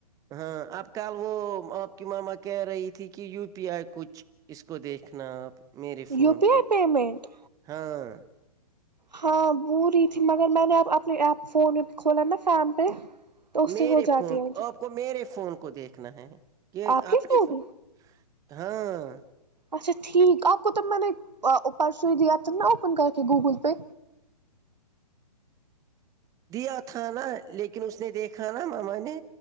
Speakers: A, on the right; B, on the right.
A: ہاں اب کل وہ آپ کی ماما کہہ رہی تھی کہ یو پی آئی کچھ اس کو دیکھنا آپ میرے فون
B: یو پی
A: کو
B: آئی پیمنٹ
A: ہاں
B: ہاں ب رہی تھی مگر میں نے اب اپنی ایپ فون کھولا نا فم پہ تو اس
A: میرے
B: سے ہو جاتی
A: فون
B: ہے مجھے
A: کو آپ کو میرے فون کو دیکھنا ہے کہ
B: آپ کے
A: اپنے فون
B: میں
A: ہاں
B: اچھا ٹھیک آپ کو تب میں نے پرسوں ہی دیا تھا نا اوپن کر کے گوگل پے
A: دیا تھا نا لیکن اس نے دیکھا نا ماما نے